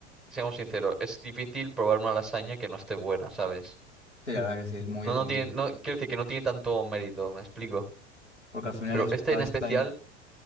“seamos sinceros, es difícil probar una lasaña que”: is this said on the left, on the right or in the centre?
Centre